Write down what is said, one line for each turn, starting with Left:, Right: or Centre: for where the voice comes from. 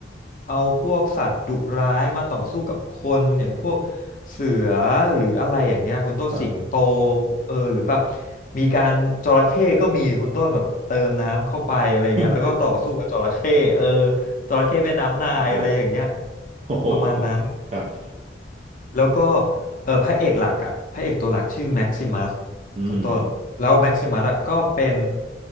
Left: เอาพวกสัตว์ดุร้ายมาต่อสู้กับคนอย่างพวก เสือหรืออะไรอย่างเงี้ยคุณต้นสิงโต
Right: ครับ
Left: เออหรือแบบมีการจระเข้ก็มีคุณต้นแบบเติมน้ำเข้าไปอะไรเงี้ยแล้วก็ต่อสู้กับจระเข้เออ
Right: <laughs>
Left: จระเข้แม่น้ำนายอะไรอย่างเงี้ย
Right: โอ้โหโอ้โห
Left: ประมาณนั้น
Right: ครับ
Left: แล้วก็เออพระเอกหลักอะพระเอกตัวหลักชื่อแม็กซิมัส
Right: อืม
Left: คุณต้นแล้วแม็กซิมัสอะก็เป็น